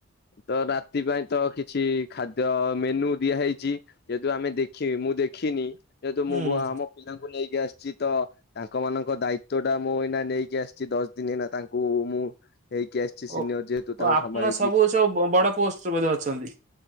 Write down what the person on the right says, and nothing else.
ହୁଁ
ଓ
ଓ ଆପଣ
ସବୁ ସବୁ ବଡ ପୋଷ୍ଟରେ ବୋଧେ ଅଛନ୍ତି?